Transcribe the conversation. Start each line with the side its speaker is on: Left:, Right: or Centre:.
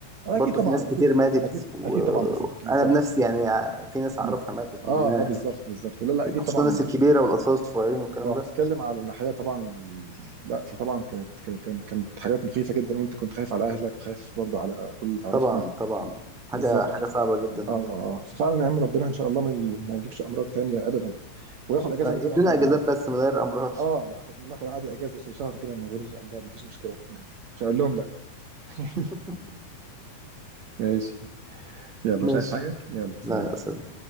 Right: آه،
Centre: برضو
Right: اكيد طبعا
Centre: في ناس كتير
Right: اكيد
Centre: ماتت
Right: اكيد
Centre: وأنا
Right: اكيد طبعا بالظبط بالظبط
Centre: بنفسي يعني في ناس أعرفها
Right: بال-
Centre: ماتت منها
Right: اه اه بالظبط بالظبط لا لا اكيد
Centre: خصوصا
Right: طبعا
Centre: الناس الكبيرة والأطفال الصغيرين والكلام
Right: لو هتتكلم
Centre: ده
Right: على الناحية طبعا ال... لا فطبعا كانت كانت كانت كانت حاجات مخيفة جدا وانت كنت خايف على اهلك وخايف برضو على كل اللي تعرفهم
Centre: طبعا طبعا حاجة
Right: بالظبط
Centre: حاجة صعبة جدا
Right: اه آه. آه. ففعلا يا عم ربنا ان شاء الله ما, ي... ما يجيبش امراض تانية ابدا وناخد اجازة
Centre: آه،
Right: من غير
Centre: ادونا
Right: امراض
Centre: اجازات
Right: عادي
Centre: بس من غير امراض
Right: اه ناخد ناخد عادي اجازة ش- شهر كده من غير امراض مفيش مشكلة مش هقول لهم لا <laughs>
Centre: <laughs>
Right: ماشي يلا
Centre: ماشي
Right: مش عايز حاجة يلا سلام
Centre: لا لا سلام